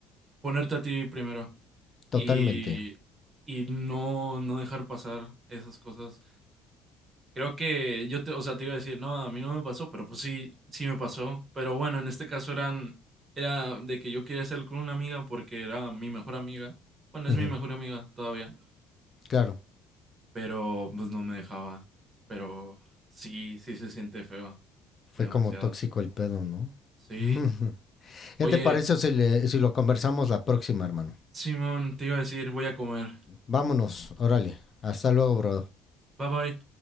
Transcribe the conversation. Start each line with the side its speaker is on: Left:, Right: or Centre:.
Right: ponerte a ti primero
Left: Totalmente.
Right: y, y no, no dejar pasar esas cosas. Creo que yo te, o sea, te iba a decir, no, a mí no me pasó, pero pues sí, sí me pasó. Pero bueno, en este caso eran, era de que yo quería hacer con una amiga porque era mi mejor amiga. Bueno,
Left: Ujú,
Right: es mi mejor amiga todavía
Left: Claro,
Right: pero pues no me dejaba. Pero sí, sí se siente feo,
Left: fue
Right: demasiado.
Left: como tóxico el pedo, ¿no?
Right: Sí.
Left: <laughs> Ujú. ¿Qué
Right: Oye,
Left: te parece si, le- si lo conversamos la próxima, hermano?
Right: Simón, te iba a decir, voy a comer.
Left: Vámonos, órale. Hasta luego, bro.
Right: Bye bye.